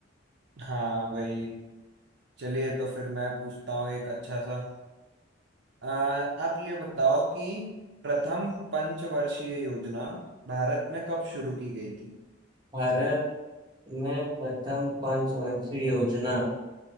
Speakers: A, on the right; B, on the right.
A: हाँ भाई चलिए तो फिर मैं पूछता हूँ एक अच्छा सा अ, आप ये बताओ कि प्रथम पंचवर्षीय योजना भारत में कब शुरू की गई थी
B: भारत में प्रथम पंचवंशी योजना